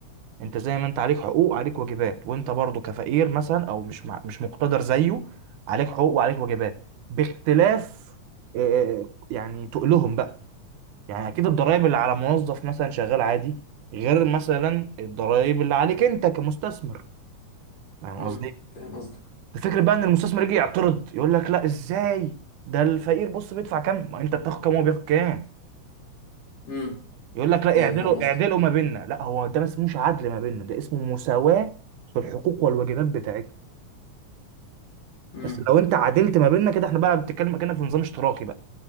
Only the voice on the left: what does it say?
امم
فاهم قصدك
امم
ايوه
فاهم قصدك
امم